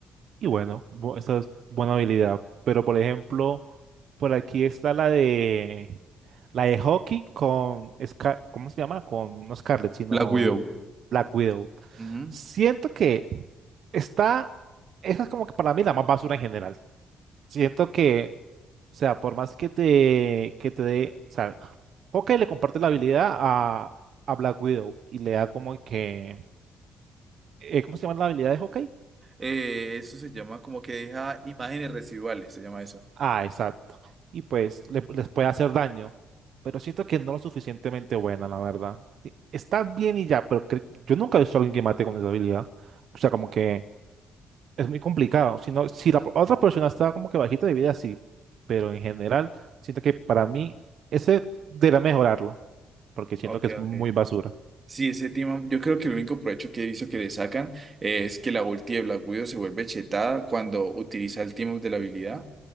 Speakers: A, on the right; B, on the right.
A: Y bueno, bu- esa es buena habilidad. Pero por ejemplo, por aquí está la de la de hockey con Scar- ¿cómo se llama? Con no Scarlett, sino
B: Black Widow.
A: Black Widow.
B: Ujú.
A: Siento que está, esa es como que para mí la más basura en general. Siento que, o sea, por más que te, que te dé, o sea, Hawkeye le comparte la habilidad a, a Black Widow y le da como que eh, ¿cómo se llama la habilidad de Hawkeye?
B: Eh, eso se llama como que deja imágenes residuales, se llama eso.
A: Ah, exacto. Y pues le- les puede hacer daño, pero siento que no lo suficientemente buena, la verdad. Sí, Está bien y ya, pero cre- yo nunca he visto a alguien que mate con esa habilidad. O sea, como que es muy complicado. Si no, si la p- otra persona está como que bajita de vida, sí, pero en general siento que para mí ese debería mejorarlo. porque siento
B: Ok,
A: que es muy
B: ok.
A: basura.
B: Sí, ese tema, yo creo que el único provecho que he visto que le sacan es que la ulti de Black Widow se vuelve chetada cuando utiliza el team up de la habilidad